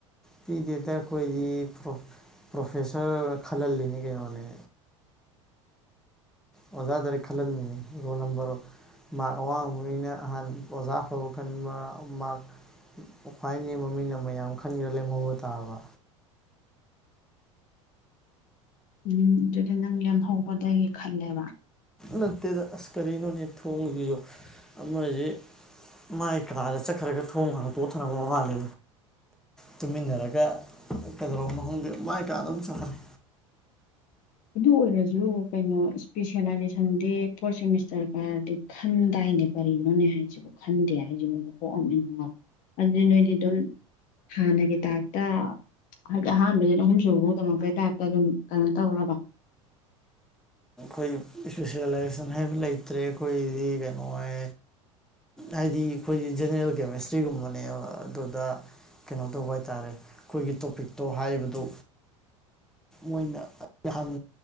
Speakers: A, in the centre; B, on the left.
A: ꯄꯤꯗꯦꯗ ꯑꯩꯈꯣꯏꯗꯤ ꯄ꯭ꯔꯣꯐꯦꯁꯔ ꯈꯜꯍꯜꯂꯤꯅꯤ ꯀꯩꯅꯣꯅꯦ ꯑꯣꯖꯥꯗꯔꯦ ꯈꯜꯟꯅꯤꯅꯤ ꯔꯣꯜ ꯅꯝꯕꯝꯕꯔ ꯃꯥꯔ ꯑꯋꯥꯡꯕꯩꯅ ꯑꯍꯥꯟ ꯑꯣꯖꯥ ꯐꯕ ꯈꯟꯕ ꯃꯥꯔ ꯈ꯭ꯋꯥꯏꯅꯤ ꯃꯃꯤꯡꯅ ꯃꯌꯥꯝ ꯈꯟꯈꯔ ꯂꯦꯝꯍꯧꯕ ꯇꯥꯕ
B: ꯎꯝ ꯑꯗꯨꯗꯤ ꯅꯪ ꯂꯦꯝꯍꯧꯕꯗꯒꯤ ꯈꯜꯂꯦꯕ
A: ꯅꯠꯇꯦꯗ ꯑꯁ ꯀꯔꯤꯅꯣꯅꯦ ꯊꯣꯡꯁꯤꯁꯨ ꯑꯃꯁꯤ ꯃꯥꯏ ꯀꯥꯗ ꯆꯠꯈ꯭ꯔꯒ ꯊꯣꯡꯉꯒ ꯄꯣꯊꯅꯕ ꯃꯥꯂꯦ ꯇꯨꯃꯤꯟꯅꯔꯒ ꯀꯩꯗꯧꯔꯧꯕ ꯃꯪꯗꯦ ꯃꯥꯏ ꯀꯥꯗ ꯑꯃꯨꯛ ꯆꯠꯈꯅꯤ
B: ꯑꯗꯨ ꯑꯣꯏꯔꯁꯨ ꯀꯩꯅꯣ ꯏꯁꯄꯤꯦꯁꯦꯂꯥꯏꯖꯦꯁꯟꯗꯤ ꯐꯣꯔꯠ ꯁꯦꯃꯤꯁꯇꯔꯒꯗꯤ ꯈꯟꯗꯥꯏ ꯀꯅꯦ ꯀꯔꯤꯅꯣꯅꯦ ꯍꯥꯏꯁꯤꯕꯨ ꯈꯟꯗꯦ ꯍꯥꯏꯁꯤꯃꯗ ꯄꯣꯛꯑꯝꯃꯤ ꯑꯗꯨꯗꯤ ꯅꯣꯏꯗꯤ ꯑꯗꯨꯝ ꯍꯥꯟꯅꯒꯤ ꯇꯥꯛꯇ ꯍꯥꯏꯗꯤ ꯑꯍꯥꯟꯕꯁꯤꯅ ꯑꯍꯨꯝꯁꯨꯨꯕ ꯐꯥꯎꯗꯃꯛꯄꯩ ꯇꯥꯏꯞꯇ ꯑꯗꯨꯝ ꯀꯩꯅꯣ ꯇꯧꯈꯕ
A: ꯑꯩꯈꯣꯏ ꯏꯁꯄꯤꯦꯁꯦꯂꯥꯏꯖꯦꯁꯟ ꯍꯥꯏꯕ ꯂꯩꯇ꯭ꯔꯦ ꯑꯩꯈꯣꯏꯗꯤ ꯀꯩꯅꯣ ꯍꯥꯏ ꯍꯥꯏꯗꯤ ꯑꯩꯈꯣꯏꯒꯤ ꯖꯦꯅꯦꯔꯦꯜ ꯀꯦꯃꯤꯁꯇ꯭ꯔꯤꯒꯨꯝꯕꯅꯦꯕ ꯑꯗꯨꯗ ꯀꯩꯅꯣ ꯇꯧꯕ ꯍꯥꯏꯇꯥꯔꯦ ꯑꯩꯈꯣꯏꯒꯤ ꯇꯣꯄꯤꯛꯇꯣ ꯍꯥꯏꯕꯗꯨ ꯃꯣꯏꯅ ꯍꯪ